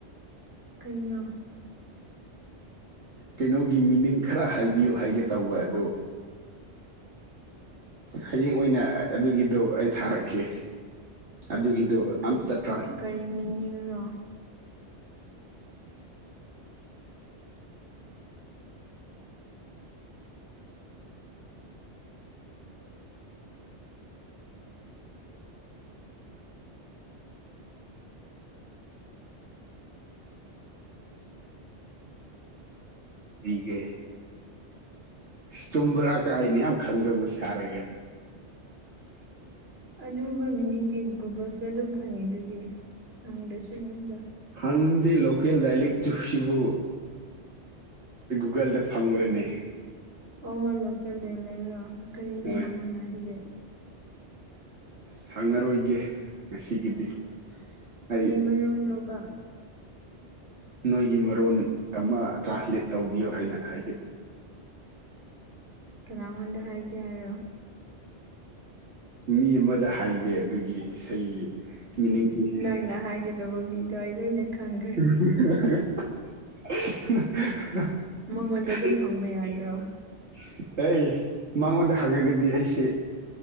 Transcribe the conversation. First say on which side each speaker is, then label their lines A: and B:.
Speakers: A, on the right (about 60°); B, on the right (about 80°).
A: ꯀꯩꯅꯣ
B: ꯀꯩꯅꯣꯒꯤ ꯃꯤꯅꯤꯡ ꯈꯔ ꯍꯥꯏꯕꯤꯌꯨ ꯍꯥꯏꯒꯦ ꯇꯧꯕ ꯑꯗꯣ ꯍꯌꯦꯡ ꯑꯣꯏꯅ ꯑꯗꯨꯒꯤꯗꯣ ꯑꯩ ꯊꯥꯔꯛꯀꯦ ꯑꯗꯨꯒꯤꯗꯨ
A: ꯀꯔꯤ
B: ꯑꯇꯠꯇ꯭ꯔꯣ
A: ꯀꯔꯤ ꯃꯤꯅꯤꯡꯨꯔꯣ
B: ꯄꯕꯤꯒꯦ ꯇꯨꯝꯕ꯭ꯔꯥ ꯀꯥꯏꯅ ꯌꯥꯝ ꯈꯪꯗꯕ ꯁꯥꯔꯒꯦ <unintelligible>
A: ꯑꯗꯨꯒꯨꯝꯕ ꯃꯤꯅꯤꯡꯗꯤ ꯒꯨꯒꯜꯁꯤꯗ ꯑꯗꯨꯝ ꯐꯪꯉꯤ ꯑꯗꯨꯗꯤ ꯍꯪꯗ꯭ꯔꯁꯨ ꯑꯩꯉꯣꯟꯗ
B: ꯍꯪꯗꯦ ꯂꯣꯀꯦꯜ ꯗꯥꯏꯂꯦꯛ ꯆꯨꯞꯁꯤꯕꯨ ꯒꯨꯒꯜꯗ ꯐꯪꯉꯨꯔꯅꯦ
A: ꯑꯣ ꯂꯣꯀꯦꯜꯗ ꯂꯩꯔꯣ ꯀꯔꯤꯅꯣ
B: ꯍꯣꯏ
A: ꯍꯪꯉꯣ ꯅ ꯍꯧꯖꯤꯛ
B: ꯁꯪꯉꯔꯣꯏꯒꯦ ꯉꯁꯤꯒꯤꯗꯤ
A: ꯀꯔꯤ
B: ꯑꯩ
A: ꯃꯔꯣ ꯔꯣꯕ
B: ꯅꯣꯏꯒꯤ ꯃꯔꯣꯟ ꯑꯃ ꯇ꯭ꯔꯥꯟꯁꯂꯦꯠ ꯇꯧꯕꯤꯌꯣ ꯍꯥꯏꯅ ꯍꯥꯏꯒꯅꯤ
A: ꯀꯅꯥꯉꯣꯟꯗ ꯍꯥꯏꯒꯦ ꯍꯥꯏꯔꯣ
B: ꯃꯤ ꯑꯃꯗ ꯍꯥꯏꯒꯦ ꯑꯗꯨꯒꯤ ꯏꯁꯩꯒꯤ ꯃꯤꯅꯤꯡꯁꯤ
A: ꯅꯪꯅ ꯍꯥꯏꯒꯗꯧꯕ ꯃꯤꯗꯣ ꯑꯩ ꯂꯣꯏꯅ ꯈꯪꯈ꯭ꯔꯦ
B: <inaudible>
A: ꯃꯉꯣꯟꯗ ꯑꯗꯨꯝ ꯍꯪꯕ ꯌꯥꯗ꯭ꯔꯣ
B: ꯑꯦ ꯃꯉꯣꯟꯗ ꯍꯪꯉꯒꯗꯤ ꯑꯩꯁꯦ